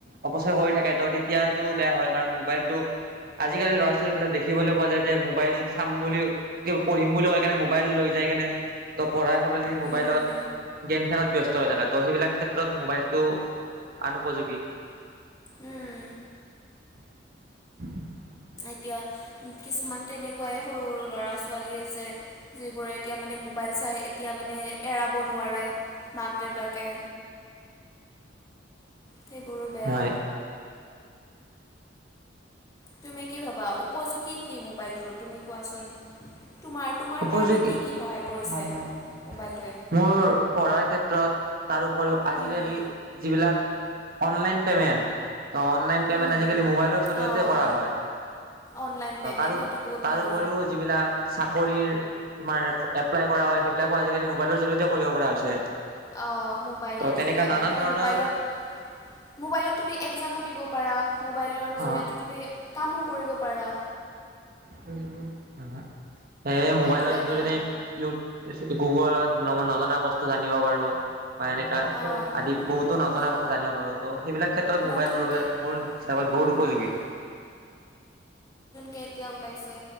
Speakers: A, on the right; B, on the left.
A: অপচয় কৰি থাকে ত তেতিয়া সেইটো বেয়া হয় কাৰণ, মোবাইলটো আজিকালি ল'ৰা ছোৱালীবিলাক দেখিবলৈ পোৱা যায় যে, মোবাইল চাম বুলি পঢ়িম বুলি কৈ কেনে মোবাইল লৈ যাই কেনে পঢ়াৰ সলনি মোবাইলত
B: উম
A: গেম খেলাত ব্যস্ত। হৈ থাকে ত। সেইবিলাক ক্ষেত্ৰত মোবাইলটো আন উপযোগী।
B: উম
A: <inaudible>
B: এতিয়া, কিছুমান তেনেকুৱাই সৰু, সৰু ল'ৰা ছোৱালী। ছোৱালী আছে। যিবোৰে এতিয়া মানে মোবাইল চাই। এতিয়া মানে এৰাব নোৱাৰে। মাক দেউতাকে সেইবোৰো বেয়া।
A: হয়।
B: তুমি কি ভাবা? উপযোগী কি? মোবাইলটোৰ, তুমি কোৱাচোন। তোমাৰ তোমাৰ
A: উপযোগী।
B: কাৰণে কি কি সহায় কৰিছে
A: মোৰ
B: মোবাইলটোৱে?
A: পঢ়াৰ ক্ষেত্ৰত। তাৰ উপৰিও, আজিকালি
B: উম,
A: যিবিলাক অনলাইন পেমেণ্ট। ত' অনলাইন পে'মেণ্ট
B: উম
A: আজিকালি মোবাইলৰ জৰিয়তে
B: অঁ
A: কৰা হয়,
B: অনলাইন পে'মেণ্ট
A: তা-তাৰো,
B: সেইটো বহুত
A: তাৰ
B: ভাল।
A: উপৰিও যিবিলাক চাক তোমাৰ এপ্লাই কৰা হয়, সেইবিলাকো আজিকালি মোবাইলৰ জৰিয়তে কৰিব পৰা হৈছে।
B: অ', মোবাইলৰ
A: ত' তেনেকা
B: জৰিয়তে
A: নানান
B: তুমি
A: ধৰণৰ
B: মোবাইলত, মোবাইলত তুমি একজামো দিব পাৰা। মোবাইলৰ জৰিয়তে
A: অ
B: তুমি কামো কৰিব পাৰা।
A: ফেচবুক, আ, হা সেই
B: সেইটো
A: মোবাইলৰ
B: এটা
A: জৰিয়তে ইউ গুগলত, নজনা বস্তু জানিব পাৰো। বা এনেকা,
B: অঁ
A: আদি বহুতো নজনা
B: ন
A: কথা জানিব পাৰো ত' সেইবিলাক ক্ষেত্ৰত মোবাইল
B: নতুনকে
A: মোৰ বাবে, মোৰ হিচাপত বহুত
B: উম,
A: উপযোগী।
B: হুম। কেতিয়া ওলাইছে,